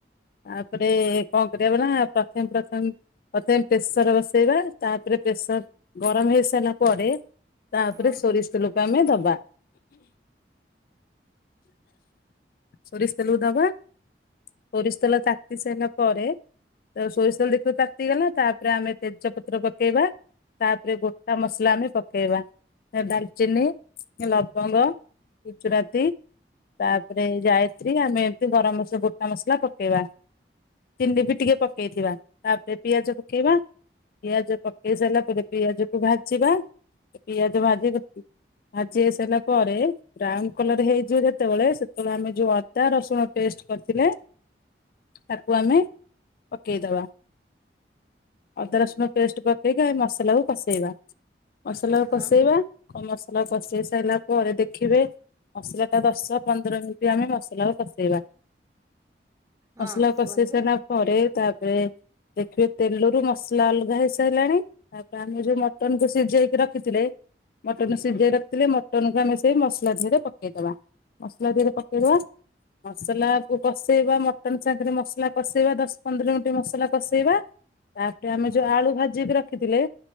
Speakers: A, on the left (about 50°); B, on the right (about 20°).
A: ତାପରେ କଣ କରିବା ଭଲା ପ୍ରଥମ ପ୍ରଥମ ପ୍ରଥମେ ପ୍ରେସର ବସେଇବା ତାପରେ ପ୍ରେସର ଗରମ ହେଇସାରିଲା ପରେ ତାପରେ
B: ହଁ
A: ସୋରିଷ ତେଲକୁ ଆମେ ଦବା। ସୋରିଲ ତେଲକୁ ଦବା ପୋରିସ ତେଲ ତାତି ସାରିଲା ପରେ ତ ସୋରିଷ ତେଲ ଦେଖିବ ତାତିଗଲା ତାପରେ ଆମେ ତେଜପତ୍ର ପକେଇବା। ତାପରେ ଗୋଟା ମସଲା ଆମେ ପକେଇବା ଡାଲଚିନି ଲବଙ୍ଗ ଗୁଜୁରାତି ତାପରେ ଯାୟତ୍ରି ଆମେ ଏମତି ଗରମ ମସ ଗୋଟା ମସଲା ପକେଇବା। ଚନି ବି ଟିକେ ପକେଇଥିବା ତାପରେ ପିଆଜ ପକେଇବା। ପିଆଜ ପକେଇ ସାରିଲା ପରେ ପିଆଜ କୁ ଭାଜିବା ପିଆଜ ଭାଜି ଭାଜି ହେଇସାରିଲା ପରେ ବ୍ରାଉନ କଲର ହେଇ ଯିବ ଯେତେବେଳେ ସେତେବେଳେ ଆମେ ଯୋଉ ଅଦା ରସୁଣ ପେଷ୍ଟ କରିଥିଲେ ତାକୁ ଆମେ ପକେଇଦବା ଅଦା ରସୁଣ ପେଷ୍ଟ ପକେଇକି ଆମେ ମସଲା କୁ କସେଇବା। ମସଲା
B: ହଁ
A: କଷେଇବା କ ମସଲା କଷେଇ ସାରିଲା ପରେ ଦେଖିବେ ମସଲା ତା ଦଶଟ ପନ୍ଦର ମିନିଟ୍ ଆମେ ମସଲା କଷେଇବା।
B: ହଁ
A: ମସଲା
B: କୁହନ୍ତୁ
A: କଷେଇ ସାରିଲା ପରେ ତାପରେ ଦେଖିବେ ତେଲରୁ ମସଲା ଅଲଗା ହେଇସାରିଲାଣି ତାପରେ ଆମେ ଯୋଉ ମଟନକୁ ସିଝେଇକି ରଖିଥିଲେ ମଟନ୍ କୁ ସିଝାଇ ରଖିଥିଲେ ମଟନ୍ କୁ ଆମେ ସେଇ ମସଲା ଧିଅରେ ପକେଇଦବା। ମସଲା ଦିହରେ ପକେଇଦବା ମସଲା କୁ କସେଇବା ମଟନ ସାଙ୍ଗରେ ମସଲା କସେଇବା ଦଶ ପନ୍ଦର ମିନିଟ ମସଲା କସେଇବା। ତାପରେ ଆମେ
B: ହଁ
A: ଯୋଉ ଆଳୁ ଭାଜି ବି ର ଖିଥିଲେ